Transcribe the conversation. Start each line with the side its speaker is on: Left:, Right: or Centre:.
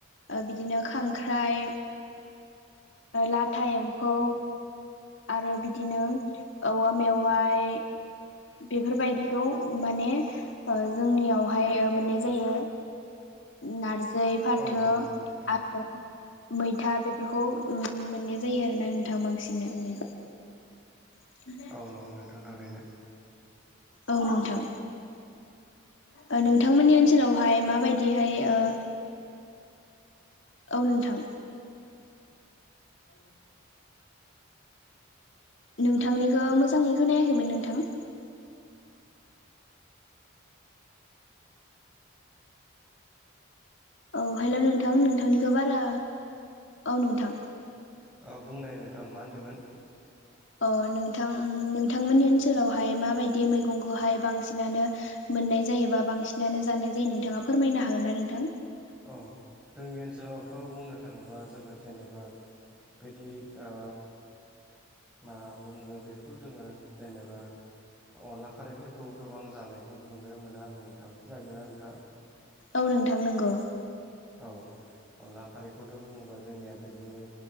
Left: बिदिनो खांख्राइ लाथा एम्फौ आरो बिदिनो औवा मेवाय बेफोरबायदिखौ माने जोंनियावहाय मोननाय जायो नारजि फाथो
Centre: औ नंगौ नोंथां थारैनो
Left: आरो मैथा बेफोरखौ मोननाय जायो आरोना नोंथां बांसिनानो <inaudible>
Centre: औ नंगौ नोंथां थारैनो
Left: औ नोंथां ओ नोंथांमोननि ओनसोलावहाय माबायदिहाय ओ औ नोंथां। <inaudible> नोंथांनिखौ मोजाङै नायाखैमोन नोंथां औ हेल' नोंथां नोंथांनिखो बारा औ नोंथां।
Centre: अ बुंनाय नोंथां मा होनदोमोन?
Left: अ नोंथां नोंथांमोननि ओनसोलावहाय माबायदि मैगंखौहाय बांसिनानो मोननाय जायोबा बांसिनानो जानाय जायो नोंथाङा फोरमायनो हागोन ना नोंथां?
Centre: औ जोंनि ओनसोलावथ' बुंनो थाङोब्ला जोङो जेनेबा बिदि ओ मा बुंनो बेखौ जोङो जेनेबा अनला खारैफोरखौ गोबां जानायखौ नुनो मोना आरो नोंथां खोनादोंना नोंथाङा?
Left: औ नोंथां नंगौ।
Centre: औ अनला खारैखौथ' बुङोबा जोंनिया बेदिनो